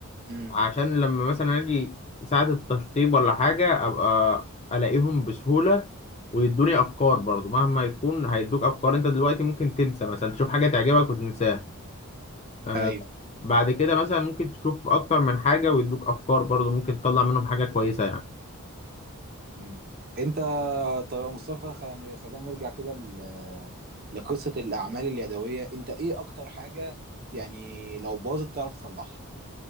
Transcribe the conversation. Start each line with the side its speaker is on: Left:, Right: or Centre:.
Right: امم
Left: عشان لما مثلا اجي ساعه التشطيب ولا حاجه ابقى الاقيهم بسهوله ويدوني افكار برضو مهما يكون هيدوك افكار انت دلوقتي ممكن تنسى مثلا تشوف حاجه تعجبك وتنساها آه،
Right: ايوه
Left: بعد كده مثلا ممكن تشوف اكتر من حاجة ويدوك افكار برضو ممكن تطلع منهم حاجة كويسة يعني
Right: امم انت طب يا مصطفى خ- يعني خلينا نرجع كده ل- لقصه الاعمال اليدويه انت ايه اكتر حاجه يعني لو باظت تعرف تصلحها